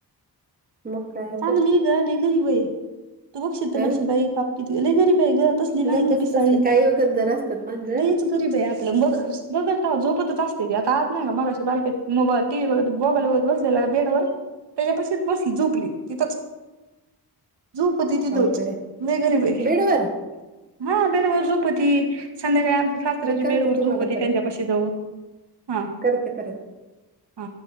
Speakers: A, on the right (about 20°); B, on the right (about 75°).
A: मग, काय
B: चांगलीय
A: तर
B: ग लय गरीब आहे तू बघ शील तर
A: हा
B: म्हणशील बाई पाप लय गरीब आहे ग, तसली नाही
A: नकोच
B: ती पिसाळीली
A: तसले काही गंजर असतात मांजर
B: लयच गरीब हे ग, आपलं ब बघल तेव्हा झोपतच असते की, आता आज नाही का मगाशी बारकी टीव्ही बघत मोबाईल बघत बसल. बेड वर त्याच्यापशी बसली झोप. झोपली तिथंच, झोपती तिथंच
A: अवघड आहे
B: लय गरीबय.
A: बेडवर
B: हा बेडवर झोपती. संध्याकाळी आमच्या सासऱ्याच्या
A: मी करते
B: बेडवर
A: तुम्हाला
B: झोपती त्यांच्यापाशी जाऊन हा.
A: घे परत.
B: हा